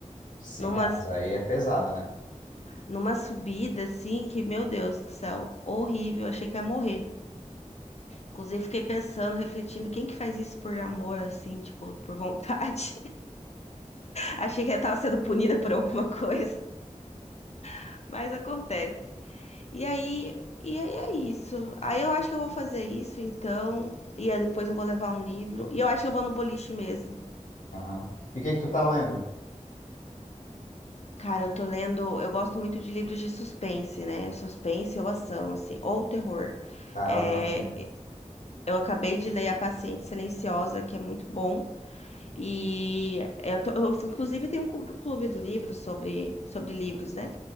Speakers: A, on the left (about 85°); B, on the left (about 55°).
A: Sim,
B: Numa,
A: é, mas aí é pesada, né?
B: numa subida assim que, meu Deus do céu, horrível, achei que ia morrer. Inclusive, fiquei pensando, refletindo, quem que faz isso por amor, assim, tipo, por vontade? <laughs> Achei que eu tava sendo punida por alguma coisa, <laughs> mas acontece. E aí, e aí é isso. Aí eu acho que eu vou fazer isso, então. E aí depois eu vou levar um livro. E eu acho que eu vou no boliche mesmo.
A: Aham. E o que que tu tá lendo?
B: Cara, eu tô lendo. Eu gosto muito de livros de suspense, né? Suspense ou ação, assim, ou terror.
A: Ah,
B: É,
A: eu adoro também.
B: Eu acabei de ler A Paciente Silenciosa, que é muito bom. E eu, tô- eu, inclusive tem um clu- clube do livro sobre, sobre livros, né?